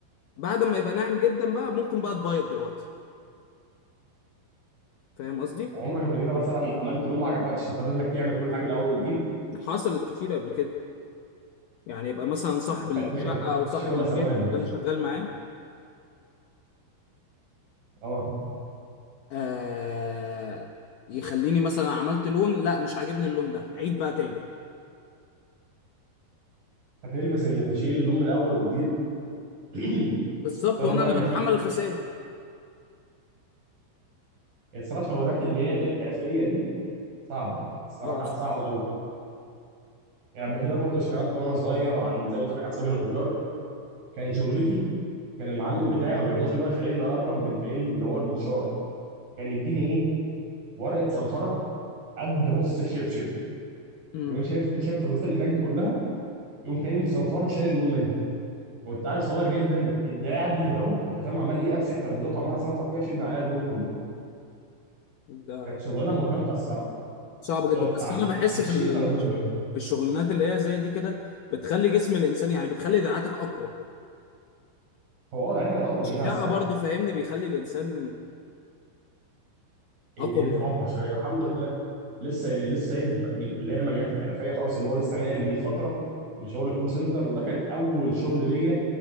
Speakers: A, on the left; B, on the right.
A: بعد ما يبقى ناعم جدا بقى ممكن بقى تبيض دلوقتي فاهم قصدي
B: عمرك قبل كده مثلا عملت لون ما عجبكش فاضطريت انك تعمل كل حاجه من الاول وجديد
A: حصلت كتير قبل كده يعني يبقى مثلا صاحب
B: <laughs>
A: الشقه
B: هتلاقي كانت
A: او صاحب
B: شغله
A: البيت
B: سواد
A: اللي انا شغال معاه
B: اه
A: آه يخليني مثلا عملت لون لا مش عاجبني اللون ده عيد بقى تاني
B: هتلبس انك تشيل لون من الاول وجديد <clears throat>
A: بالظبط
B: اضطر
A: وانا
B: بقى
A: اللي
B: انك
A: بتحمل
B: ايه
A: الخسائر
B: الصراحه شغلات اللي هي الحرفيه دي صعبه الصراحه
A: اه الصراحه
B: صعبه قوي يعني قبل كده برضه اشتغلت وانا صغير عن زي ما قلت لك عن صبي نجار كان شغلتي كان المعلم بتاعي ما بيرضاش ان هو يخليني اقرب من فاهمني اللي هو المنشار كان يديني ايه ورقه صنفره قد بص الشبشب
A: امم
B: يقوم شايف انت شايف التفاصيل اللي هناك دي كلها يقوم خليني مصنفرها شايل اللون منها كنت عيل صغير جدا الدراع قد كده اهو انت فاهم عمال ايه امسك ترابيزات وعمال اصنفر فيها اشيل من عليها اللون كله
A: ده
B: كانت شغلانه مرهقه الصراحه
A: صعب
B: اللي
A: جدا
B: هو بتاع
A: بس انا بحس
B: 20
A: في ال...
B: ترابيزه في اليوم
A: في الشغلانات اللي هي زي دي كده بتخلي جسم الانسان يعني بتخلي دراعاتك اقوى
B: هو اه دلوقتي بقت اقوى
A: الشقه
B: منها الصراحه
A: برضو فاهمني بيخلي الانسان
B: ايدين
A: اقوى بكتير
B: تبقى اقوى شويه الحمد لله لسه لسه سايب اللي هي المجالات الحرفيه خالص اللي هو لسه ناقل من فتره لشغل الكول سنتر وده كان اول شغل ليا